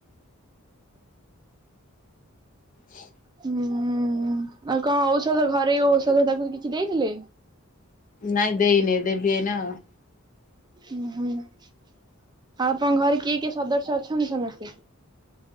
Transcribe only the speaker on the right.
ହୁଁ ଆଉ କଣ ଔଷଧ ଘରେ ଔଷଧ ତାକୁ କିଛି ଦେଇଥିଲେ?
ଓ ହୁଁ ଆଉ ଆପଣଙ୍କ ଘରେ କିଏ କିଏ ସଦସ୍ୟ ଅଛନ୍ତି ସମସ୍ତେ?